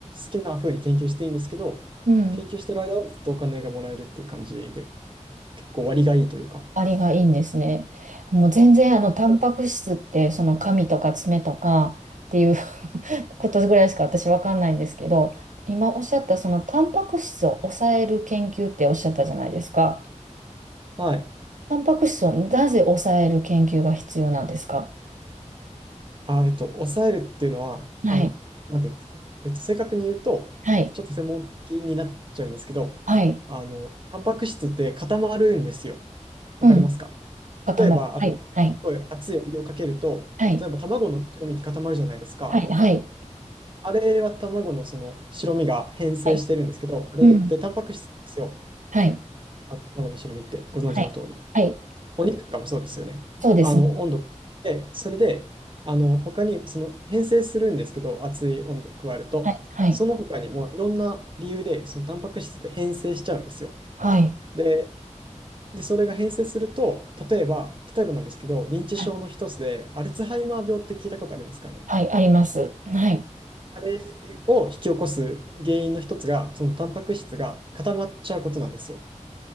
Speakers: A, on the right; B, on the right.
A: きな風に研究していいんですけど、
B: うん。
A: 研究してる間はずっとお金がもらえるっていう感じで、結構割がいいというか。
B: ありがいいんですね。もう全然あの、タンパク質って、その髪とか爪とかっていう <laughs> ことぐらいしか私わかんないんですけど、今おっしゃったそのタンパク質を抑える研究っておっしゃったじゃないですか。
A: はい。
B: タンパク質をなぜ抑える研究が必要なんですか
A: あ、えっと、抑えるっていうのは、
B: はい。
A: あの、なんていうんですか。えっと、正確に言うと、
B: はい。
A: ちょっと専門的になっちゃうんですけど、
B: はい。
A: あの、タンパク質って固まるんですよ。わかりますか
B: うん。固まる。
A: 例えば、
B: はい。
A: あ、すごい熱いお湯をかけると、
B: はい。はい。
A: 例えば卵の白身って固まるじゃないですか。
B: はい、はい、
A: あれは卵のその白身が変性してるんですけど、
B: はい。
A: あれってタンパク質なんですよ。
B: うん。はい、
A: あの卵の白身ってご存知の通り。
B: はい、はい。
A: お肉とかもそうですよね。
B: そうですね。
A: あの、温度で、それで、あの、他に、その、変性するんですけど、熱い温度を加えると、
B: はい、はい、
A: その他にもいろんな理由で、その、タンパク質って変性しちゃうんですよ。
B: はい、
A: で、で、それが変性すると、例えば、例えばなんですけど、認知症の一つで、
B: はい、
A: アルツハイマー病って聞いたことありますかね。
B: はいあります。はい。
A: あれを引き起こす原因の一つが、その、タンパク質が固まっちゃうことなんですよ。